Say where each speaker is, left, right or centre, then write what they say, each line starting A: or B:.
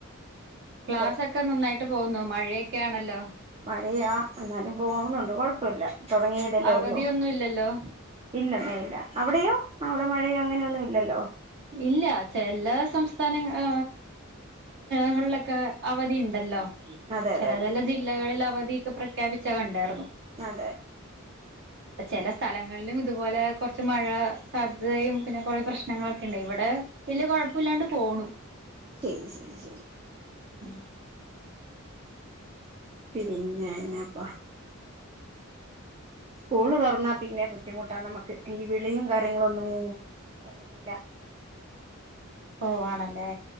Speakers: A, on the right; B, on the right.
A: ക്ലാസ്സോക്കെ
B: പോ
A: നന്നായിട്ട് പോകുന്നോ മഴയൊക്കൊയാണല്ലോ
B: ഴയാ എന്നാലും പോകുണുണ്ട് കുഴപ്പില്ല തുടങ്ങിയതെല്ലേ
A: അവധിയൊന്നും
B: ഉള്ളൂ
A: ഇല്ലല്ലോ
B: ഇല്ലെന്നേ ഇല്ല അവിടെയോ അവിടെ മഴയോ അങ്ങനെയൊന്നും ഇല്ലല്ലോ
A: ഇല്ല ചെല സംസ്ഥാന ആ ങ്ങളിലൊക്കെ അവധി ഉണ്ടല്ലോ
B: അതെ
A: ചല
B: അതെ അതെ
A: ചല ജില്ലകളിൽ അവത് പ്രഖ്യപിച്ച കണ്ടായിരുന്നു
B: അതെ
A: ചില സ്ഥലങ്ങളിലും ഇതുപോലെ കുറച്ച് മഴ സാധ്യതയും പിന്നെ കുറ പ്രശ്നങ്ങളൊക്കെ ണ്ട് ഇവിടെ വല്യ കുഴപ്പ ഇില്ലാണ്ട് പോണു
B: ശരി ശരി ശരി
A: പി
B: പിന്നന്നെപ്പ സ്കൂള് തുറന്നാ പിന്നെ ബുദ്ധിമുട്ടാ നമുക്ക് ഈ വിളിയും കാര്യങ്ങള ഒന്നും പറ്റത്തില്ല
A: ഓ ആണല്ലേ